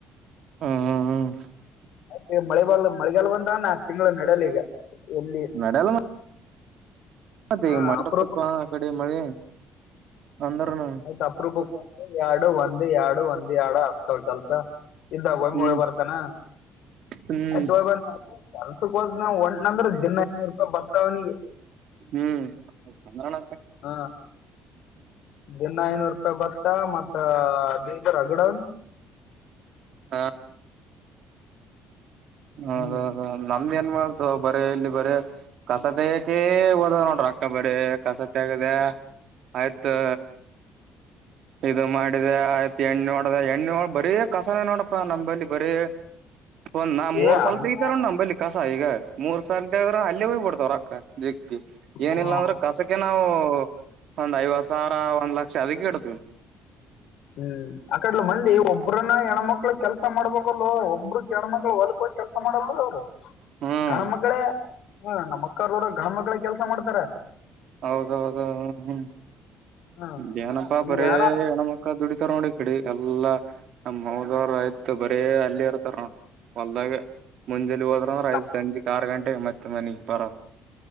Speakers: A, on the right; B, on the left.
A: ಹ್ಮ್ ಹ ಹ್ಮ್
B: ಈಗ ಮಳೆಗಾಲ್ ಮಳೆಗಾಾಲಂತ ನಾಕು ತಿಂಗಳು ನಡಲಿ ಈಗ ಎಲ್ಲಿ
A: ನಡೆಯಲ್ಲ ಮತ್ತೆ
B: ಹ
A: ಈಗ ಮಂಡ್ರ
B: ಅಪರೂಪ
A: ತಕ್ಕ ಆ ಕಡೆ ಮಳೆ ಅಂದ್ರನು
B: ಆಯ್ತ್ ಅಪ್ರ ಬುಕ್ ಎರಡು ಒಂದ್ ಎರಡು ಒಂದ್ ಎರಡು ಆಗ್ತವ ಕೆಲ್ಸ ಇದ್ದಾಗ
A: ಹ್ಮ್
B: ಒ ಬರ್ತಾನ
A: ಹ್ಮ್
B: ಆಯ್ತು ಸ ಒ್ ಅಂದ್ರೆ ದಿನ ಐನೂರು ರೂಪಾಯಿ ಬರ್ತಾವವನಿಗೆ
A: ಹ್ಮ್ ಚಂದ್ರಳ
B: ಹ ದಿನ ಐನೂರು ರೂಪಾಯಿ ಭತ್ತ ಮತ್ತ ಬೀಜರ್ ಹಗಡನ್
A: ಹಾ ಹೌದದ
B: ಹ್ಮ್
A: ನಮ್ದ ಏನ್ ಮಾಡ ಬರೀ ಇಲ್ಲಿ ಬರೀ ಕಸತ್ ಕೆ ಓದ ನೋಡ್ರಿ ಅಕ್ಕ ಬರೀ ಕಸತ ಆಗದ ಆಯ್ತ್ು ಇದು ಮಾಡಿದೆ ಆಯ್ತು ಎಣ್ಣ ನೋಡದ ಎಣ್ಣ ನೋ ಬರೀ ಕಸನ ನೋಡಪ್ಪ ನಂಬಲ್ಲಿ ಬರೀ <inaudible> ಒಂದ್ ನಾ ಮೂರ್
B: ಏ
A: ಸಲ್
B: ಅಂದ್ರ
A: ತೆಗತಾರ ನಮ ಬಿ ಕಸ ಈಗ ಮೂರ್ ಸಾಲ ತಗದ್ರೆ ಅಲ್ಲಿೇ ಹೋಗ್ಬ ಬಿಡ್ತವ ರೊಕ್ಕ ಜ
B: ಹ್ಮ
A: ಏನಿಲ್ಲ ಅಂದ್ರೆ ಕಸಕ್ಕೆ ನಾವು ಒಂದ್ ಐವತ್ತು ಸಾವಿರ ಒಂದ್ ಲಕ್ಷ ಅದಕ್ಕೆ ಇಡತೇ
B: ಹ್ಮ್ ಅಕಡ್ಲು ಮಂದಿ ಒಬ್ಬ್ರನ್ನ ಹೆಣ್ಮಕ್ಳು ಕೆಲಸ ಮಾಡ್ಬೇಕಲ್ಲ ಒಬ್ಬರು ಕೆಣ್ಮಕ್ಳು ಹೊಲ್ಕೋ ಕೆಲಸ ಮಾಡ ಅವ್ರರು
A: ಹ್ಮ್
B: ಗಣ ಮಕ್ಳೇ ಹ್ಮ ನಮ್ಮ ಅಕ್ಕಾರೋರ ಗಣ ಮಕ್ಳೇ ಕೆಲ್ಸ ಮಾಡ್ತಾರ
A: ಹೌದೌದ ಹ್ಮ ಹ್ಮ್
B: ಹ್ಮ್
A: ಇ ಏನಪ್ಪಾ
B: ಹಿಂಗನ
A: ಬರೀ ಹೆಣಮ್ಮಕ್ಕ ದುಡಿತಾರ ನೋಡ ಇಡಿ ಎಲ್ಲಾ ನಮ್ಮ್ ಹದವರು ಆಯ್ತು ಬರೇ ಅಲ್ಲೇ ಇರ್ತಾರ ನೋ ವಲದಾಗ ಮುಂಜೆಲ್ಲಿ ಹೋದರದು
B: ನಮ್
A: ಸಂಂಜ ಆರು ಗಂಟೆ ಮತ್ತೆ ಮನೆ ಬರ